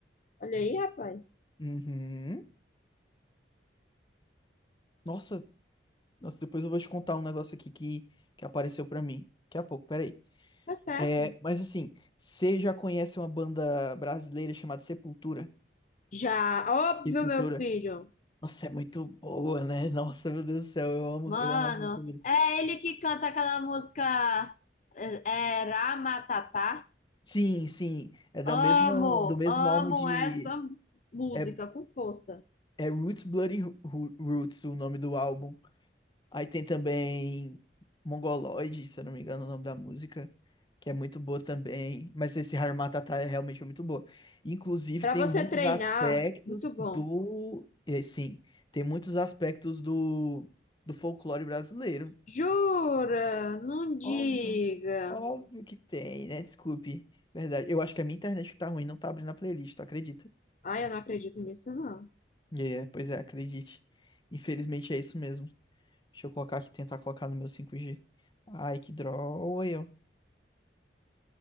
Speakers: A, on the left; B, on the left.
A: Olha aí, rapaz.
B: Uhum. Nossa, nossa, depois eu vou te contar um negócio aqui que, que apareceu pra mim. Daqui a pouco, peraí.
A: Tá certo.
B: É, mas assim, você já conhece uma banda brasileira chamada Sepultura?
A: Já, óbvio,
B: Sepultura.
A: meu filho.
B: Nossa, é muito boa, né? Nossa, meu Deus do céu, eu amo,
A: Mano,
B: eu amo as músicas
A: é ele que canta aquela música é, é, Ramatatá.
B: Sim, sim. É da
A: Amo,
B: mesma, do mesmo
A: amo
B: álbum de.
A: essa música
B: É,
A: com força.
B: é Roots Bloody Ru- Roots, o nome do álbum. Aí tem também Mongoloid, se eu não me engano, o nome da música, que é muito boa também. Mas esse Harmatata é realmente muito boa. Inclusive,
A: Pra
B: tem
A: você
B: muitos
A: treinar,
B: aspectos
A: muito bom.
B: do. é, sim, tem muitos aspectos do, do folclore brasileiro.
A: Jura? Não diga.
B: Óbvio. Óbvio que tem, né? Desculpe. Verdade. Eu acho que a minha internet que tá ruim, não tá abrindo a playlist, tu acredita?
A: Ai, eu não acredito nisso, não.
B: E é, pois é, acredite. Infelizmente é isso mesmo. Deixa eu colocar aqui, tentar colocar no meu 5G. Ai, que droga, eu.